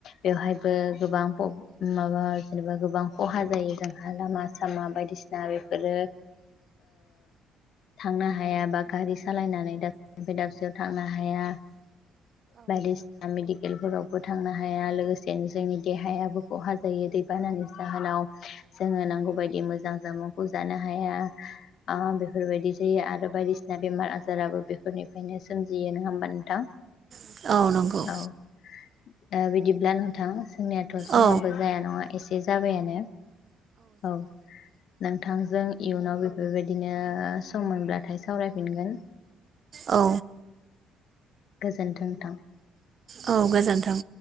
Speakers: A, on the left (about 65°); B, on the right (about 50°).
A: बेवहायबो गोबां माबा जेनेबा गोबां खहा जायो जोंहा लामा सामा बायदिसिना बेफोरो थांनो हाया बा गारि सालायनानै दाब <unintelligible> दाबसेयाव थांनो हाया बायदिसिना मे केलफोरावबो थांनो हाया लोगोसेनो जोंनि देहायाबो खहा जायो दैबानानि जाहोनाव जोङो नांगौ बायदि मोजां जामुंखौ जानो हाया ओ बेफोरबायदि जायो। आरो बायदिसिना बेमार-आजाराबो बेनिफ्रायनो सोमजियो नङा होमबा नोंथां।
B: औ नंगौ
A: औ बिदिब्ला नोंथां जोंनियाथ' समाबो
B: औ
A: जाया नङा एसे एसे जाबायानो औ नोंथांजों इयुनाव बेफोरबायदिनो सम मोनब्लाथाय सावरायफिनगोन।
B: औ
A: गोजोनथों नींथां।
B: औ गोजोनथीं।